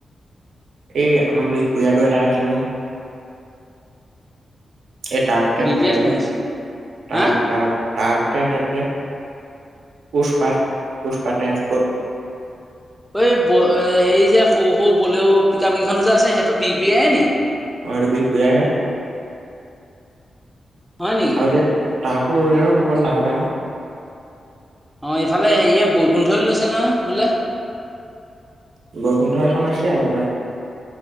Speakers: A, on the right; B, in the centre.
A: এই আমাৰ বিহুপুৰীয়াতো এটা আছে নহয়। এই ট্ৰাক যে
B: বি
A: চলাই
B: পি এত
A: যে
B: কোন আছে
A: ট্ৰাক
B: হা
A: ট্ৰাক। তাক যে আছে যে পুষ্পা পুষ্পা টেঞ্চপত।
B: এ বৌ হেৰি যে সৰু সৰু বলেও পিকআপকেইখন যে আছে সেইটো বি বি আয় নেকি?
A: অ হেইটো বিহপুৰীয়া হে।
B: হয় নেকি
A: আৰু এতিয়া ট্ৰাকো ললে নহয় দুখন ডাঙৰ ডাঙৰ।
B: অঁ এইফালে হেৰিয়ে বৈকোণ্ঠই লৈছে নহয় বোলে।
A: বৈকুণ্ঠ এখন আছে <unintelligible>